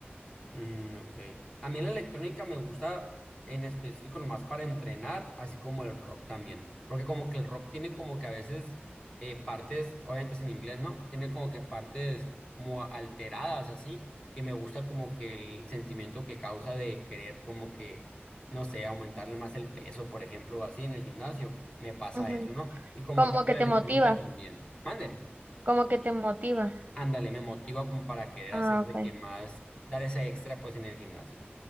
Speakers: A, on the left (about 20°); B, on the right (about 30°).
A: Mm, ok. A mí la electrónica me gusta en específico nomás para entrenar, así como el rock también. Porque como que el rock tiene como que a veces eh, partes, obviamente es en inglés, ¿no? Tiene como que partes como alteradas, así, que me gusta como que el sentimiento que causa de querer como que, no sé, aumentarle más el peso, por ejemplo, o así en el gimnasio. Me pasa
B: Ujú.
A: eso, ¿no? Y como
B: Como
A: tal con
B: que
A: la
B: te
A: electrónica
B: motiva,
A: también. Manden.
B: como que te motiva.
A: Ándale, me motiva como para querer
B: Ah,
A: hacer
B: okay.
A: de que más, dar ese extra pues en el gimnasio.